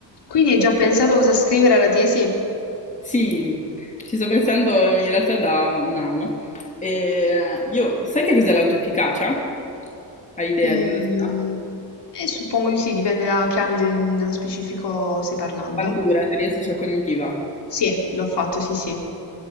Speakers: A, on the left; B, on the left.
A: Quindi hai già pensato cosa scrivere alla tesi?
B: Sì, ci sto pensando in realtà da un anno. E eh, io, sai che cos'è l'autoefficacia? Hai idea
A: Mm,
B: di cosa sia?
A: eh, suppongo di sì, dipende da che ambito in- nello specifico stai parlando.
B: Bandura, teoria social cognitiva.
A: Sì, l'ho fatto, sì, sì.